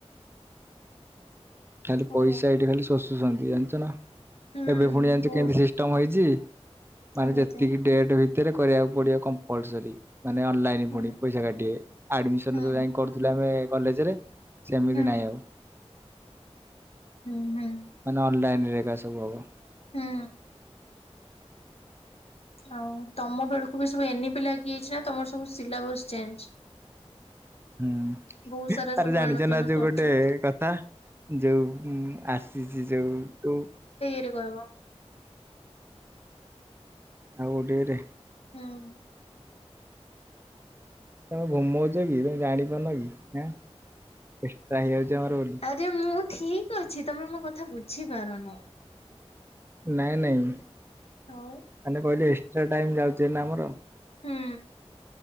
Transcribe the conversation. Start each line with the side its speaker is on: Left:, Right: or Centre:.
Left: <inaudible>
Right: ଖାଲି
Left: ହଉ
Right: ପଇସା ଏଇଠି ଖାଲି ଶୋଶୁ ଶଛନ୍ତି ଜାଣିଛ ନା
Left: ହୁଁ
Right: ଏବେ ପୁଣି ଜାଣିଛ
Left: ବହୁତ
Right: କେମିତି ଙ୍କ ହେଇଛି
Left: କେମିତି
Right: ମାନେ ଯେତିକି ଡେଟ ଭିତରେ କରିବାକୁ ପଡିବ କମ୍ପଲସରି। ମାନେ ଅନଲାଇନ
Left: ହୁଁ
Right: ଫୁଣି ପଇସା କାଟିବେ ଆଡମିସନ
Left: ହୁଁ
Right: ଯଉ ଯାଇ କରୁଥିଲୁ ଆମେ କଲେଜରେ ସେମିତି
Left: ହୁଁ
Right: ନାଇଁ ଆଉ।
Left: ହୁଁ ହୁଁ
Right: ମାନେ ଅନଲାଇନରେ ଏକା ସବୁ ହବ।
Left: ହୁଁ। ଆଉ ତମ ବେଳକୁ ବି ସବୁ ଏନି ବିି ଲାଗି ଯାଇଛି ନା ତମର ସବୁ ସିଲାବସ ଚେଞ୍ଜ।
Right: ହୁଁ
Left: ବହୁତ ସାରା ସବୁ
Right: ଆରେ ଜାଣିଛ
Left: ଏଣୁ ତେଣୁ
Right: ନା ଯୋଉ
Left: ସବଜେକ୍ଟ
Right: ଗୋଟେ କଥା। ଯଉ ଆସିଚି ଯଉ ଟୁ
Left: କିଏ କହିବ।
Right: ଆଉ ଗୋଟେ ଏରେ।
Left: ହୁଁ ଉଁ।
Right: ତମେ ଘୁମଉଚ କି ତମେ ଜାଣି ପାରୁନ କି? ଆଁ। ଏକ୍ସଟ୍ରା ହେଇଯାଉଛି ଆମର ବୋଲି।
Left: ଆରେ ମୁଁ ଠିକ ଅଛି ତମେ ମୋ କଥା ବୁଝିପାରୁନ?
Right: ନାଇଁ ନାଇଁ ମାନେ
Left: ଆଉ
Right: କହିଲେ, ଏକ୍ସଟ୍ରା ଟାଇମ ଯାଉଛି ଭାରି ନା ଆମର।
Left: ହୁଁ